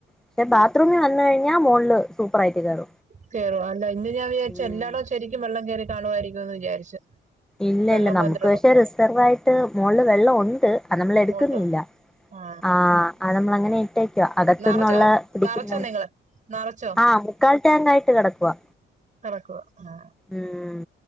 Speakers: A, in the centre; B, on the right.
A: പക്ഷെ ബാത്റൂമിൽ വന്ന കഴിഞ്ഞാൽ മോള് സൂപ്പർ ആയിട്ട് കയറും
B: കേയറും അല്ല ഇന്ന് ഞാൻ വിചാരിച്ചു
A: ഉം
B: എല്ലാടും ശരിക്കും വെള്ളം കയറി കാണുവായിരിക്കുംന്ന് വിചാരിച്ചു
A: ഇല്ല
B: വെള്ളം
A: ഇല്ല നമുക്ക്
B: വന്നിട്ടുണ്ട്
A: പക്ഷെ റിസർവ് ആയിട്ട് മോളല് വെള്ളം ഉണ്ട് അത്നമ്മള് എടുക്കുന്നില്ല
B: ഉണ്ട് ആ
A: ആ നമ്മള അങ്ങനെ അകത്ത്
B: നിറച്ചോ
A: നിന്നുള്ള പിടിക്ക
B: നിറച്ചോ നിങ്ങള് നിറച്ചോ
A: ആ മുക്കാൽ ടാങ്കായിട്ട് കടക്കുവാ
B: കടക്കുവാ ആ
A: ഉം